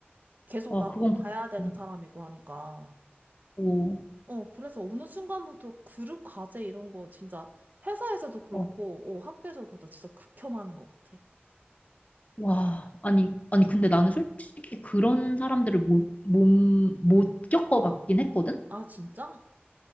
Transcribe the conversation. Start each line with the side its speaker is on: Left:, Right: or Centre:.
Right: 계속
Left: 아,
Right: 나도
Left: 그건,
Right: 봐야
Left: 그-
Right: 되는
Left: 음,
Right: 사람이고 하니까.
Left: 오,
Right: 어, 그래서 어느 순간부터 그룹 과제 이런 거 진짜 회사에서도 그렇고,
Left: 어,
Right: 어, 학교에서도 그렇다. 진짜 극혐하는 것 같아.
Left: 와, 아니, 아니, 근데 나는 솔직히 그런 사람들을 못, 못, 못 겪어봤긴 했거든?
Right: 아, 진짜?